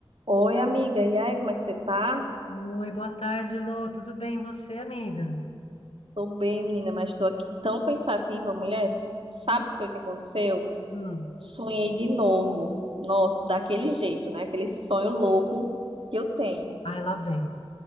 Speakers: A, on the right; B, on the left.
A: Oi, amiga. E aí, como é que você tá?
B: Oi, boa tarde, Lô. Tudo bem, e você, amiga?
A: Tô bem, menina, mas tô aqui tão pensativa, mulher. Sabe
B: Hum,
A: o que foi que aconteceu?
B: hum.
A: Sonhei de novo. Nossa, daquele jeito, né? Aquele sonho louco que eu tenho.
B: Ai, lá vem.